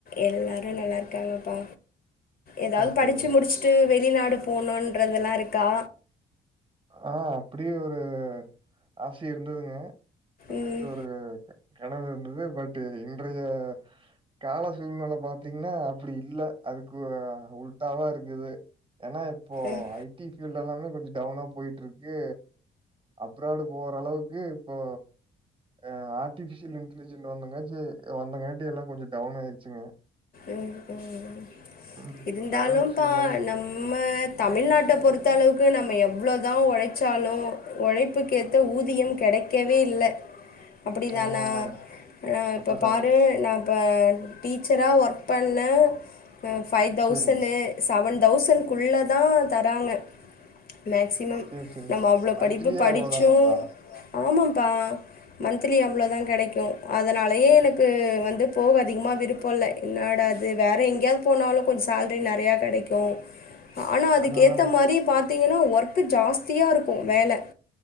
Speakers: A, on the left; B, on the right.
A: எல்லாரு நல்லா இருக்காங்கப்பா எதாவது
B: ஓகேங்க
A: படிச்சு முடிச்சு அடுத்து வெளிநாடு போணுன்றதெல்லா இருக்கா
B: ஆ அப்டியு ஒரு ஆச இருந்ததுங்க அப்டியு
A: ம்
B: ஒரு கனவு இருந்தது பட் இன்றைய கால சூழ்நில பாத்தீங்கன்னா அப்டி இல்ல அதுக்கு உல்ட்டாவா இருக்குது ஏன்னா இப்போ
A: ம்
B: ஐ டி பீல்டு எல்லாமே கொஞ்சோ டவுனா போயிட்டுருக்கு அப்ராடு போற அளவுக்கு இப்போ ஆ ஆர்டிபீஷியல் இன்டெலிஜென்ட் வந்தங்காச்சி வந்தங்காட்டி எல்லா கொஞ்சோ டவுன் ஆயிருச்சுங்க
A: ம் ம்
B: ம் இப்ப
A: இருந்தாலும்ப்பா
B: கரண்ட் சூழ்நில அப்டி
A: நம்ம தமிழ்நாட்ட பொறுத் தளவுக்கு நம்ம எவ்வளோ தா ஒழைச்சாலு ஒழைப்புக்க ஏத்த ஊதியோ கெடைக்கவே இல்ல அப்டிதான
B: ஆமா ஆமாங்க
A: ஆ
B: அப்டிதாங்க.
A: இப்ப பாரு நா இப்ப டீச்சரா ஒர்க் பண்ணே அ ஃபைவ் தௌசணு
B: சரிங்க.
A: சவன் தௌசண்க்குள்ள தா தராங்க மேக்ஸி மம்
B: சரி சரிங்க.
A: நம்ம அவ்ளோ
B: மந்த்லியே
A: படிப்பு படிச்சு
B: அவ்ளோதானுங்களா?
A: ஆமாப்பா மந்த்லி அவ்ளோ தா கெடைக்கு அதனாலயே எனக்கு வந்து போக அதிகமா விருப்போ இல்ல என்னாடா இது வேற எங்கேயாவது போனாலு கொஞ்சோ சேல்ரி நெறைய கெடைக்கு ஆனா அதுக்கு
B: அதா அதாங்க.
A: ஏத்த மாரி பாத்தீங்கன்னா ஒர்க் ஜாஸ்தியா இருக்கு வேல